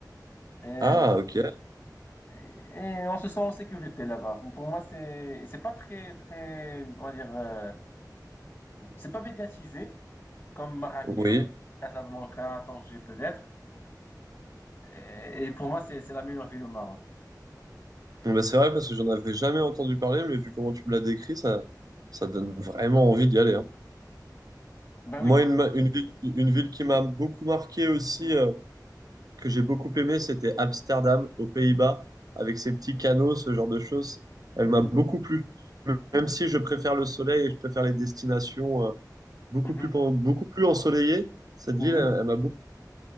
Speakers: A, on the left; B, on the right.
A: Et,
B: Ah ok,
A: et on se sent en sécurité là-bas. Pour moi, c'est, c'est pas très, très, on va dire, euh, c'est pas médiatisé comme Marrakech,
B: oui.
A: Casablanca, Tanger peut-être. Et, et pour moi, c'est c'est la meilleure ville au Maroc.
B: Bon, Bah, c'est vrai parce que j'en avais jamais entendu parler, mais vu comment tu me l'as décrit, ça, ça donne vraiment envie d'y aller. hein.
A: Ben
B: Moi,
A: oui.
B: une, ma- une ville, une ville qui m'a beaucoup marqué aussi, euh, que j'ai beaucoup aimé, c'était Amsterdam, aux Pays-Bas, avec ses petits canaux, ce genre de choses. Elle m'a
A: Mhm.
B: beaucoup plu. Même si je préfère le soleil et je préfère les destinations euh, beaucoup
A: Mhm.
B: plus, beaucoup plus ensoleillées, cette
A: Mhm.
B: ville, elle, elle m'a beaucoup...